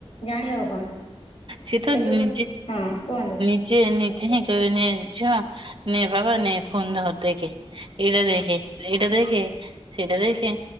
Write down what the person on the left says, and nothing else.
ଜାଣିବ କଣ?
ଏବେ
ଗୋଟେ ହଁ କୁହନ୍ତୁ।